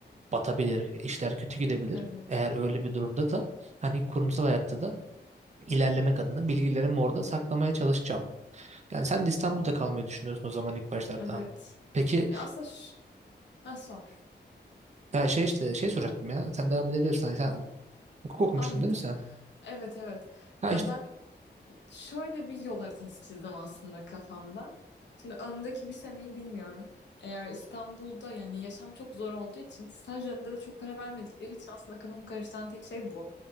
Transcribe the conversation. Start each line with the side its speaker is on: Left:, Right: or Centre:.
Right: batabilir, işler kötü gidebilir.
Left: Evet.
Right: Eğer öyle bir durumda da hani kurumsal hayatta da ilerlemek adına bilgilerimi orada saklamaya çalışacağım. Yani sen de İstanbul'da kalmayı düşünüyorsun o zaman ilk başlarda.
Left: Evet.
Right: Peki
Left: Ya aslında ş- ha, sor.
Right: ya şey işte şey soracaktım ya. Sen devam edebilirsin. Hani sen hukuk okumuştun
Left: Anladım.
Right: değil mi sen?
Left: Evet evet.
Right: Ha
Left: Ya
Right: işte
Left: ben Şöyle bir yol haritası çizdim aslında kafamda. Şimdi önümdeki bir seneyi bilmiyorum. Eğer İstanbul'da yani yaşam çok zor olduğu için staj döneminde de çok para vermedikleri için aslında kafamı karıştıran tek şey bu.